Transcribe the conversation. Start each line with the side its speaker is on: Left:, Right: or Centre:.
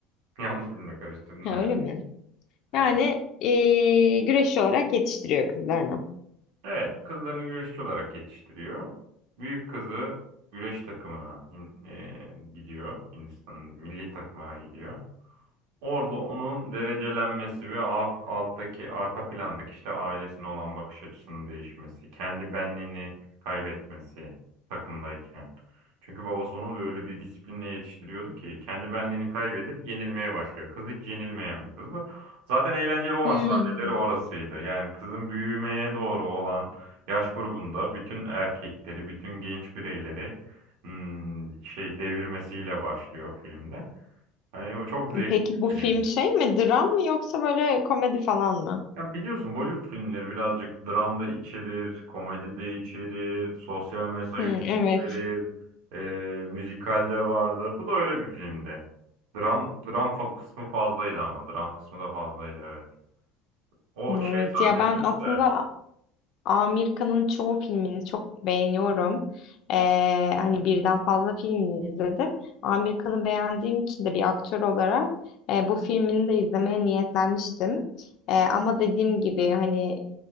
Right: <laughs> Yanlış bilme karıştırdın
Left: Ha,
Right: herhalde.
Left: öyle mi? Yani
Right: Ee,
Left: eee güreşçi olarak yetiştiriyor kızlarını.
Right: evet kızlarını güreşçi olarak yetiştiriyor. Büyük kızı güreş takımına Hin- ee, gidiyor. Hindistan'ın milli takımına gidiyor. Orada onun derecelenmesi ve alt, alttaki arka plandaki işte ailesine olan bakış açısının değişmesi, kendi benliğini kaybetmesi takımdayken. Çünkü babası onu da öyle bir disiplinle yetiştiriyordu ki kendi benliğini kaybedip yenilmeye başlıyor. Kız hiç yenilmeyen bir kızdı. Zaten eğlenceli olan
Left: Hmm.
Right: sahneleri orasıydı. Yani kızın büyümeye doğru olan yaş grubunda bütün erkekleri, bütün genç bireyleri hmm, şey devirmesiyle başlıyor filmde. Hani o çok zevkli
Left: Peki
Right: bir
Left: bu film
Right: filmdi.
Left: şey mi? Dram mı yoksa böyle komedi falan mı?
Right: Ya biliyorsun Bollywood filmleri birazcık dram da içerir, komedi de içerir, sosyal mesajı
Left: Hmm,
Right: çok
Left: evet.
Right: verir, e, müzikal de vardır. Bu da öyle bir filmdi. Dram, dram fa- kısmı fazlaydı ama. Dram kısmı da fazlaydı evet. O
Left: Evet.
Right: şey sahneleri
Left: Ya ben aslında
Right: güzel.
Left: Amerika'nın çoğu filmini çok beğeniyorum. Ee, hani birden fazla filmini izledim. Amerika'nı beğendiğim için de bir aktör olarak e, bu filmini de izlemeye niyetlenmiştim. E, ama dediğim gibi hani